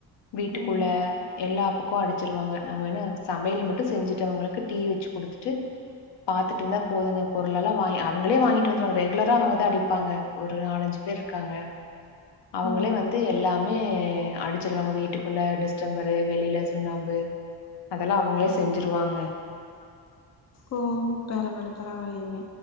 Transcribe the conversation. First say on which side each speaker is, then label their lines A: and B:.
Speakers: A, on the left; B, on the left.
A: வீட்டுக்குள்ள
B: ம்
A: எல்லா பக்கோ அடிச்சிருவாங்க நம்ம என்ன சமையல் மட்டு செஞ்சுட்டு அவங்களுக்கு டீ வெச்சு குடுத்துட்டு பாத்துட்டுந்தா போதுங்க பொருள் எல்லா வாய் அவங்களே வாய்ங்கிட்டு வந்துருவாங்க ரெகுலரா அவுங்கதா அடி ப்பாங்க ஒரு நாலஞ்சு பேர்ருக்காங்க அவுங்களே
B: ம்
A: வந்து எல்லா மே அடிச்சிருவாங்க வீட்டுக்குள்ள டிஸ்டம்பரு வெளில சுண்ணாம்பு அதல்லா அவங்களே செஞ்சுருவாங்க.
B: ஓ பரவால பரவால்லைங்க